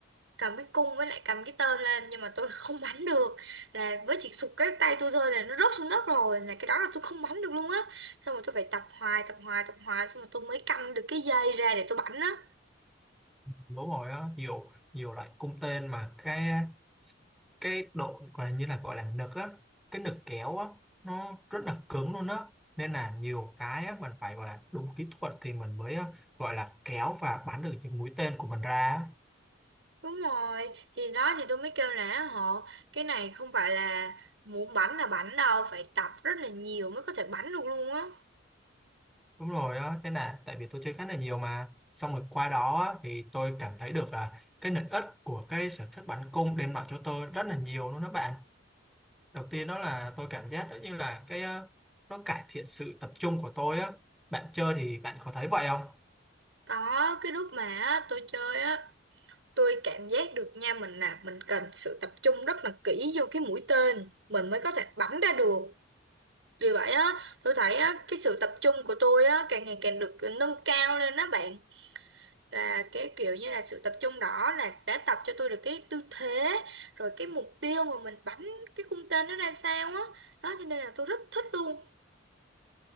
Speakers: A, on the right (about 75°); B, in the centre.
A: cầm cái cung với lại cầm cái tên lên nhưng mà tôi <laughs> không bắn được. Là với chỉ sụt cái tay tôi thôi là nó rớt xuống đất rồi, là cái đó là tôi không bắn được luôn á. Xong rồi tôi phải tập hoài tập hoài tập hoài xong rồi tôi mới căng được cái dây ra để tôi bắn á.
B: đúng rồi á nhiều nhiều loại cung tên mà cái cái độ gọi như là gọi là nực á cái nực kéo á nó rất là cứng luôn á nên là nhiều cái á, mình phải gọi là đúng kỹ thuật thì mình mới á, gọi là kéo và bắn được những mũi tên của mình ra á.
A: Đúng rồi, thì đó thì tôi mới kêu là họ cái này không phải là muốn bắn là bắn đâu, phải tập rất là nhiều mới có thể bắn được luôn á.
B: Đúng rồi á, thế là tại vì tôi chơi khá là nhiều mà xong rồi qua đó á, thì tôi cảm thấy được là cái lợi ích của cái sở thích bắn cung đem lại cho tôi rất là nhiều luôn đó bạn. Đầu tiên đó là tôi cảm giác đó như là cái ờ, nó cải thiện sự tập trung của tôi á. Bạn chơi thì bạn có thấy vậy không?
A: Có cái lúc mà á, tôi chơi á, tôi cảm giác được nha mình là mình cần sự tập trung rất là kỹ vô cái mũi tên mình mới có thể bắn ra được. Vì vậy á, tôi thấy á, cái sự tập trung của tôi á càng ngày càng được nâng cao lên đó bạn. Là cái kiểu như là sự tập trung đó là đã tập cho tôi được cái tư thế rồi cái mục tiêu mà mình bắn cái cung tên nó ra sao á. Đó cho nên là tôi rất thích luôn.